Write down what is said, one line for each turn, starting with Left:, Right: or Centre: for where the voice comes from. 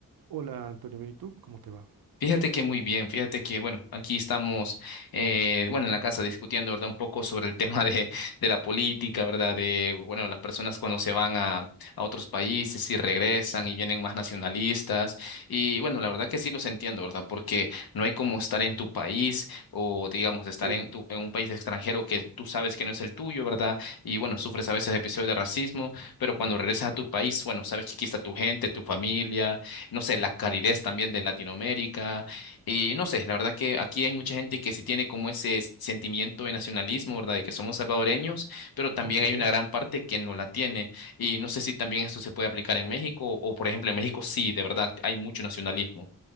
Right: Hola Antonio, bien, ¿y tú? ¿Cómo te va?
Left: Fíjate que muy bien, fíjate que, bueno, aquí estamos, eh, bueno, en la casa discutiendo, ¿verdad? Un poco sobre el <laughs> tema de, de la política, ¿verdad? De, bueno, las personas cuando se van a, a otros países y regresan y vienen más nacionalistas. Y bueno, la verdad que sí los entiendo, ¿verdad? Porque no hay como estar en tu país o, digamos, estar
Right: Sí,
Left: en, tu, en un país extranjero que tú sabes que no es el tuyo, ¿verdad? Y bueno, sufres a veces episodios de racismo, pero cuando regresas a tu país, bueno, sabes que aquí está tu gente, tu familia no sé, la calidez también de Latinoamérica. Y no sé, la verdad que aquí hay mucha gente que sí tiene como ese s- sentimiento de nacionalismo, ¿verdad? De que somos salvadoreños, pero también
Right: ok.
Left: hay una gran parte que no la tiene. Y no sé si también esto se puede aplicar en México o, por ejemplo, en México sí, de verdad, hay mucho nacionalismo.